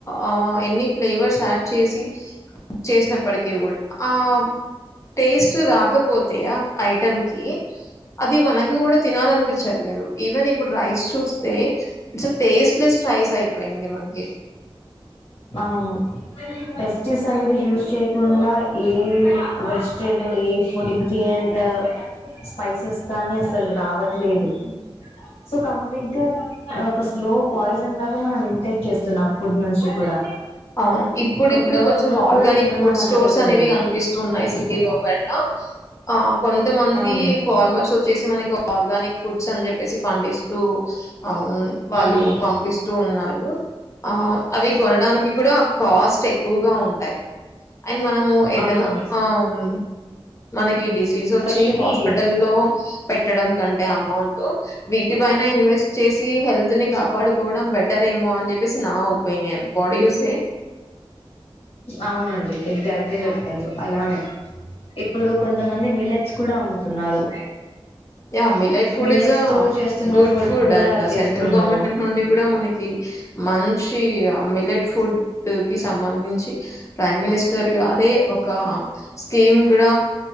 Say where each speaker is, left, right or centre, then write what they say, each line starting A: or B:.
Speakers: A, on the left (about 30°); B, on the left (about 85°).
A: ఆహ్ ఎన్ని ఫ్లేవర్స్ యాడ్ చేసి చేసినప్పటికీ. ఆహ్ టేస్ట్ రాకపోతేయా ఆ ఐటెమ్ కి. అది మనకు కూడా తినాలనిపించట్లేదు ఈవెన్ ఇప్పుడు రైస్ చూస్తే it's a tasteless. Rice అయిపోయింది మనకి
B: ఆహ్ పెస్టిసైడ్. ఇది యూస్ చేయకుండా ఏ వెజిటేబుల్ ఏ ఫుడ్కి ది అంట. స్పైసెస్ కానీ అసలు రావట్లేదు. సో కంప్లీట్ గా ఆహ్ ఒక స్లో పాయిజ. <unintelligible> లాగా మనం ఇమిటేట్ చేస్తున్నాం ఫుడ్ నుంచి కూడా.
A: అవును ఇప్పుడు
B: ఒక
A: ఇప్పుడు
B: ప్యూర్
A: కొంచెం
B: ఫుడ్
A: ఆర్గానిక్
B: కూడా తింటున్నాం
A: ఫుడ్
B: అన్నట్టుగా
A: స్టోర్స్ అనేవి
B: లేదు
A: కనిపిస్తున్నాయి సిటీ లోపట్ల. ఆహ్ కొంతమంది
B: అవును
A: ఫార్మర్స్ వచ్చేసి మనకి ఆర్గానిక్ ఫుడ్స్ అని చెప్పి. ప్పేసి పండిస్తూ ఆహ్ వాళ్ళు
B: అవును
A: పంపిస్తూ ఉన్నారు ఆహ్. అవి కొనడానికి కూడా కాస్ట్ ఎక్కువగా ఉంటాయి. అండ్ మనము ఏదైనా
B: అవును
A: ఆహ్ మనకి డిస్. ఫీజు వచ్చి
B: స్పెషలీ
A: హాస్పిటల్ లో పెట్టడం కంటే అమౌంట్ వీటి పైన ఇన్వెస్ట్ చే డిసీ హెల్త్ ని కాపాడుకోవడం బెటర్ ఏమో అని చెప్పేసి నా ఒపీనియన్ బడీ యుస్ సే
B: అవునండి ఎగ్జాక్ట్గా చెప్పారు అలానే. ఇప్పుడు కొంతమంది మిలెట్స్ కూడా అమ్ముతున్నారు.
A: Yeah millet food
B: millets
A: is ఎ
B: తో చేస్తున్న
A: గుడ్ ఫుడ్
B: కూడా
A: అండ్
B: చేస్తున్నారు
A: సెంట్రల్ గవర్నమెంట్ నుండి కూడా మనకి. మంచి ఆహ్ మిల్లెట్ ఫుడ్ కిస్. సంబంధించి ప్రైమ్ మినిస్టర్ గారే ఒక స్కీమ్. ఇడ